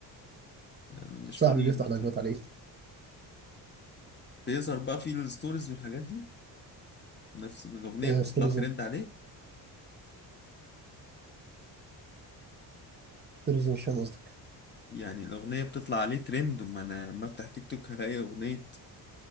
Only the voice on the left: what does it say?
مش
فاضي
له
بصراحة
بيظهر بقى في الستوريز والحاجات دي نفس الأغنية
بتطلع
ترند عليه
يعني الأغنية بتطلع عليه ترند وما أنا لما أفتح تيك توك هلاقي أغنية